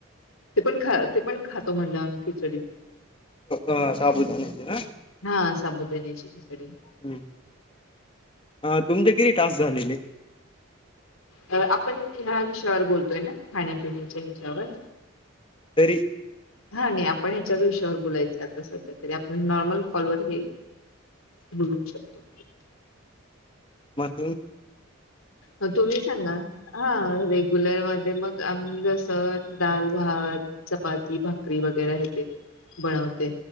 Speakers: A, on the left (about 80°); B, on the left (about 25°).
A: ते पण खा ते पण खातो म्हणलं आम्ही खिचडी.
B: अ साबुदान्याची ना
A: हा साबुदाण्याची खिचडी
B: हम् अ तुमचे किती टाक्स झालेले.
A: अ आपण ह्या विषयावर बोलतोय ना खाण्यापिण्याच्या ह्याच्यावर
B: तरी
A: हा नाही आपण ह्याच्याच विषयावर बोलायच आता सध्या तरी आपण नॉर्मल कॉलवर हे बोलू शकतो.
B: म आत
A: म तुम्ही सांगा हा रेग्युलर मध्ये मग आम्ही जस दाल भात चपाती भाकरी वगैरे हे ते बनवते.